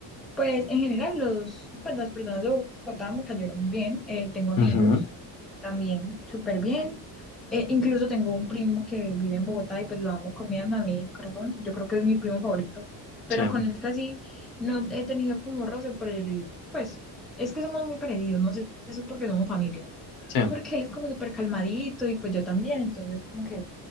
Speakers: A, in the centre; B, on the left.
A: Pues en general los, pues, las personas de Bogotá me cayeron bien, eh, tengo amigos
B: Ujú,
A: también súper bien, Eh, incluso tengo un primo que vive en Bogotá y pues lo amo con mi alma, a mi corazón, yo creo que es mi primo favorito, pero
B: Sí,
A: con él casi no he tenido como roce por el, pues es que somos muy parecidos, no sé si eso es porque somos familia,
B: sí,
A: porque él es como súper calmadito y pues yo también, entonces como que